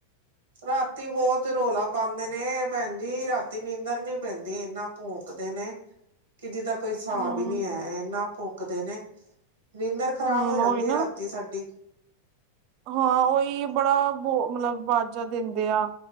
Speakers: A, on the right; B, on the right.
A: ਰਾਤੀ ਬਹੁਤ ਰੌਲਾ ਪਾਉਂਦੇ ਨੇ ਭੈਣ ਜੀ ਰਾਤੀ ਨੀਂਦਰ ਨੀ ਪੈਂਦੀ ਇਨਾ ਭੋਂਕਦੇ ਨੇ ਕਿ ਜਿੱਦਾ ਕੋਈ ਹਿਸਾਬ
B: ਹਮ
A: ਹੀ ਨਹੀਂ ਹੈ ਇਹਨਾ ਭੋਂਕਦੇ ਨੇ ਨੀਂਦਰ ਖ਼ਰਾਬ
B: ਹਮ
A: ਹੋ ਜਾਂਦੀ
B: ਉਹੀ ਨਾ
A: ਹੈ ਰਾਤੀ ਸਾਡੀ।
B: ਹਾਂ ਉਹੀ ਬੜਾ ਵੋ ਮਤਲਬ ਆਵਾਜ਼ਾਂ ਦਿੰਦੇ ਆ।